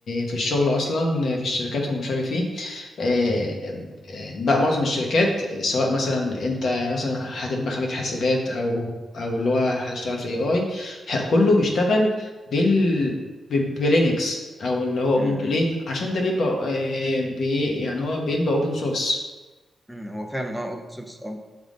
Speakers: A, on the left (about 55°); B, in the centre.
A: في الشغل اصلا آه، في الشركات ومش عارف ايه آه، آه، بقى معظم الشركات سواء مثلا انت مثلا هتبقى خريج حاسبات او او اللي هو هتشتغل في اي اي كله بيشتغل بال ب- بلينكس او اللي هو اوبنتو
B: امم
A: ليه عشان ده بيبقى آه، بي يعني هو بيبقى اوبن سورس
B: هو فعلا اه اوبن سورس اه